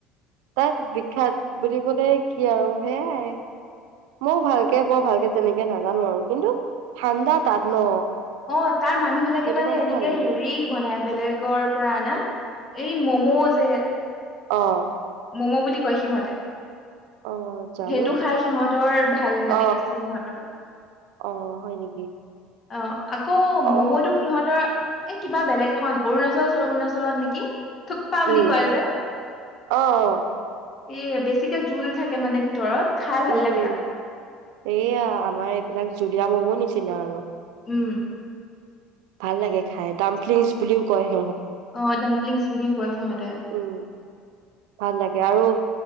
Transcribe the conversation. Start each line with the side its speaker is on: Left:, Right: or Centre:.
Right: তাত বিখ্যাত বুলিবলে কি আৰু সেয়াই। মই ভালকে বৰ ভালকে তেনেকে নাজানো আৰু কিন্তু ঠাণ্ডা তাত ন'।
Left: অ', তাৰ মানুহবিলাকে
Right: সেইটো
Left: মানে
Right: কাৰণে
Left: এনেকে
Right: ভাল লাগে
Left: হেৰি বনাই বেলেগৰ পৰা আনা। এই ম'ম' যে
Right: অ'।
Left: ম'ম' বুলি কয় সিহঁতে।
Right: অ জানো
Left: সেইটো খাই সিহঁতৰ ভাল
Right: অ
Left: মানে বেছি সিহঁতৰ।
Right: অ হয় নেকি
Left: অ', আকৌ
Right: অ
Left: ম'ম'টো সিহঁতৰ এ কিবা বেলেগ এখন অৰুণাচল অৰুণাচলত নেকি থুকপা বুলি
Right: উম
Left: কয়
Right: অঁ অঁ
Left: এ বেছিকে জোল থাকে মানে ভিতৰত খাই ভাল
Right: উম
Left: লাগে
Right: সেয়ে
Left: আকৌ
Right: আমাৰ এইবিলাক জুলিয়া ম'ম হব নিচিনা আৰু
Left: উম
Right: ভাল লাগে খাই ডাম্পলিংছ বুলিও কয় হে
Left: আহ ডাম্পলিংছ বুলিও কয় সিহঁতে
Right: উম ভাল লাগে আৰু